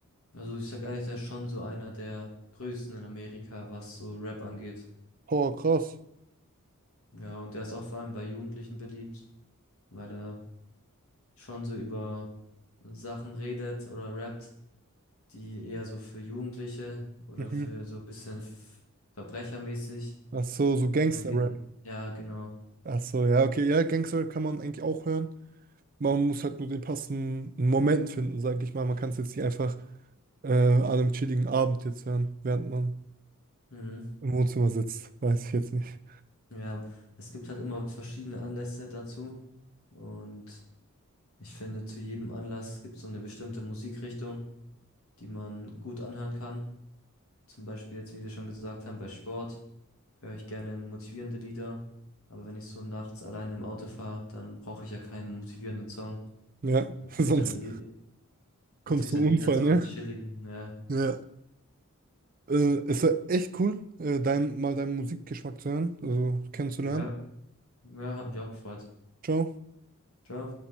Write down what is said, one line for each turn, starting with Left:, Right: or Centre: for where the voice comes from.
Left: Also ich sag ehrlich, der ist schon so einer der größten in Amerika, was so Rap angeht.
Right: Oh, krass.
Left: Ja, und der ist auch vor allem bei Jugendlichen beliebt, weil er schon so über Sachen redet oder rappt, die eher so für Jugendliche oder
Right: Mhm.
Left: für so ein bisschen f- verbrechermäßig.
Right: Ach so, so Gangster-Rap.
Left: äh, geht. Ja, genau.
Right: Ach so, ja, okay, ja, Gangster-Rap kann man eigentlich auch hören. Man muss halt nur den passenden Moment finden, sage ich mal. Man kann es jetzt nicht einfach äh, an einem chilligen Abend jetzt hören, während man
Left: Mhm.
Right: im Wohnzimmer sitzt. Weiß ich jetzt nicht.
Left: Ja, es gibt halt immer verschiedene Anlässe dazu. Und ich finde, zu jedem Anlass gibt es so eine bestimmte Musikrichtung, die man gut anhören kann. Zum Beispiel jetzt, wie wir schon gesagt haben, bei Sport höre ich gerne motivierende Lieder. Aber wenn ich so nachts allein im Auto fahre, dann brauche ich ja keinen motivierenden Song.
Right: Ja,
Left: Natürlich
Right: <laughs> sonst
Left: dann eh,
Right: kommt
Left: natürlich
Right: es zum
Left: dann
Right: Unfall,
Left: eher so
Right: ne?
Left: einen chilligen. Ja,
Right: Ja. Äh, es war echt cool, äh, dein, mal deinen Musikgeschmack zu hören, also kennenzulernen.
Left: ja, ja, hat mich auch gefreut.
Right: Ciao.
Left: Ciao.